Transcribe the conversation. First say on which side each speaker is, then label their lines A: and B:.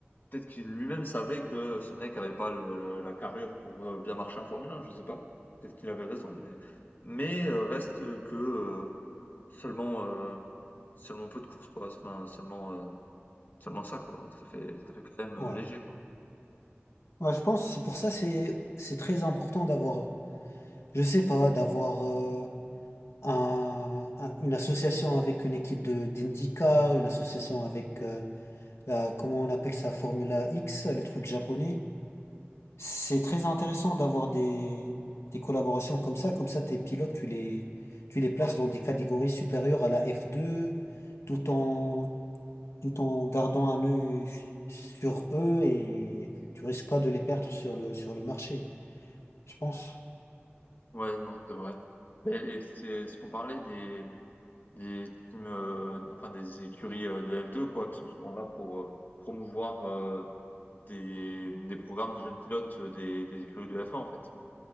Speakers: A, on the left (about 45°); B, on the left (about 80°).
A: peut-être qu'il lui-même savait que ce mec avait pas le le la carrure pour, heu, bien marcher en Formule 1, je sais pas. Peut-être qu'il avait raison, mais mais, heu, reste que, heu Seulement, heu, seulement peu de courses quoi, enfin seulement, heu, seulement ça quoi, donc ça fait ça fait quand même, heu,
B: ouais.
A: léger quoi.
B: Ouais, je pense, c'est pour ça, c'est, c'est très important d'avoir, je sais pas, d'avoir euh, un, un- une association avec une équipe de d'IndyCar, une association avec, euh, la, comment on appelle ça, Formula X, le truc japonais.
A: Mmh.
B: C'est très intéressant d'avoir des, des collaborations comme ça. Comme ça, tes pilotes, tu les, tu les places dans des catégories supérieures à la f deux tout en, tout en gardant un œil sur eux et tu risques pas de les perdre sur le, sur le marché. Je pense.
A: Ouais, non, c'est vrai. Beh et c'est ce qu'on parlait des des teams, heu, enfin des écuries, heu, de F2 quoi, qui sont souvent là pour, heu, promouvoir, heu, des des programmes de jeunes pilotes, heu, des des écuries de F1 en fait